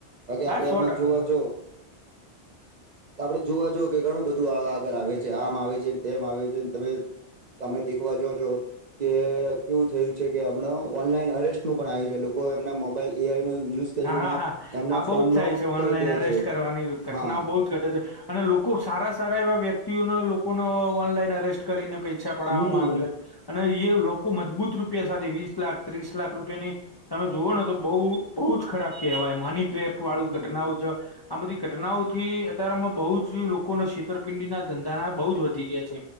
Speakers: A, on the right; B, on the left.
A: બાકી
B: હા
A: આપડે
B: સો
A: આમાં
B: ટકા
A: જોવા
B: સો ટકા
A: જવ આપડે જોવા જ કે ઘણું બધું આગળ આવે છે આમ આવે છે ને તેમ આવે છે તમે તમે દેખવા જો છો. કે કેવું થયું છે કે હમણા ઓનલાઈન અરેસ્ટ નું પણ આયુ છે લોકો એમના મોબાઈલ એ આઈ નો યુઝ કરીને
B: હા હા હા
A: એમના
B: આ બહુ
A: ફોનનો
B: જ થાય છે ઓનલાઈન
A: કરી દે
B: અરેસ્ટ
A: છે
B: કરવાની ઘટનાઓ
A: હા
B: બોજ ઘટે છે અને લોકો સારા સારા એવા વ્યક્તિઓને લોકોને ઓનલાઈન અરેસ્ટ કરીને પૈસા પડવામાં
A: હમ
B: આવેલા છે અને એ લોકો મજબૂત રૂપિયા સાથે વીસ લાખ ત્રીસ લાખ રૂપિયાની તમે જુઓ ને તો બહુ બહુ જ ખરાબ કેહેવાય મની ક્રેપ
A: હમ
B: વાળુ ઘટનાઓ છે. આ બધી ઘટનાઓ થી અત્યારમાં બહુ જ લોકોને છેતરપિંડી ના ધંધાના બહુ જ વધી ગયા છે.